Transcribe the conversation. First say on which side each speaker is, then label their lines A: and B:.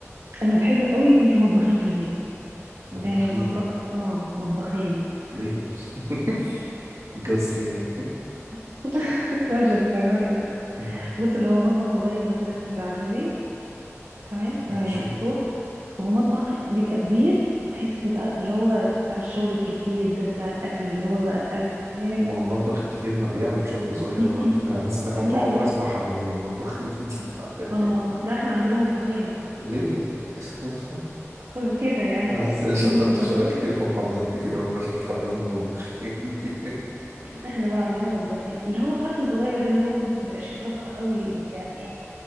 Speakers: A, on the right; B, on the right.
A: أنا بحب أوي يكون في مطبخين في البيت
B: مطبخين
A: آه، مطبخ اه مطبخين
B: ليه؟ <laughs> اتجوزت ليه أنا؟
A: <laughs> مش الدرجة دي لا
B: آه،
A: بص اللي هو مطبخ صغير مثلا يبقى على الليفينج تمام
B: ماشي
A: آه، مفتوح ومطبخ بيبقى كبير بحس بقى اللي هو بتاع الشغل الكتير ده بتاع الأكل اللي هو بقى الأكل فاهم
B: ما هو المطبخ الكبير ما بيعمل شغل صغير
A: <clears throat>
B: برضه يعني انا اسمع طول
A: لا
B: عمري
A: لا
B: اسمع حمامين مطبخين <laughs> جديد على
A: اه لا احنا عندنا مطبخين
B: ليه <laughs>
A: وكده يعني
B: انا حاسس اني شطبت
A: مطبخ صغير
B: شوية كتير في محافظات كتير عمري ما شفت حد من المطبخين <laughs> دي
A: احنا بقى عندنا مطبخين اللي هو عارف الصغير ده اللي هو مبيبقاش فيه طبخ قوي يعني ايه